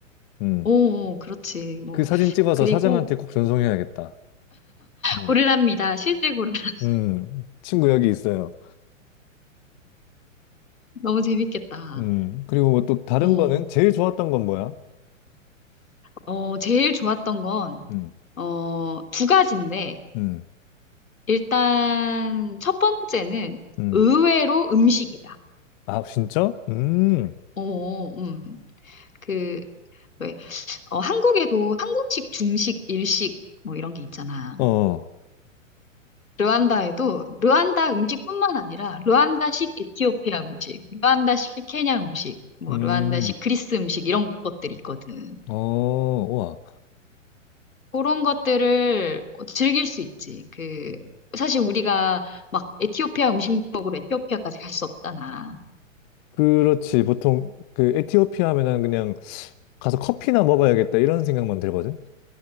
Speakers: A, on the left; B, on the left.
A: 음,
B: 오, 오, 그렇지. 뭐.
A: 그 사진 찍어서
B: 그리고
A: 사장한테 꼭 전송해야겠다. 음,
B: 고릴라입니다. 실제 고릴라. <laughs>
A: 음, 친구 여기 있어요.
B: 너무 재밌겠다.
A: 음, 그리고 뭐 또 다른
B: 어,
A: 거는 제일 좋았던 건 뭐야?
B: 어, 제일 좋았던 건,
A: 음,
B: 어, 두 가지인데,
A: 음,
B: 일단 첫 번째는
A: 음.
B: 의외로 음식이야.
A: 아, 진짜? 음,
B: 어, 음, 그, 왜, 어, 한국에도 한국식, 중식, 일식 뭐 이런 게 있잖아.
A: 어,
B: 르완다에도 르완다 음식뿐만 아니라 르완다식 에티오피아 음식, 르완다식 케냐 음식, 뭐
A: 음,
B: 르완다식 그리스 음식 이런 것들이 있거든.
A: 어, 와.
B: 그런 것들을 어, 즐길 수 있지. 그 사실 우리가 막 에티오피아 음식 먹으러 에티오피아까지 갈 수 없잖아.
A: 그렇지. 보통 그 에티오피아 하면은 그냥 가서 커피나 먹어야겠다 이런 생각만 들거든.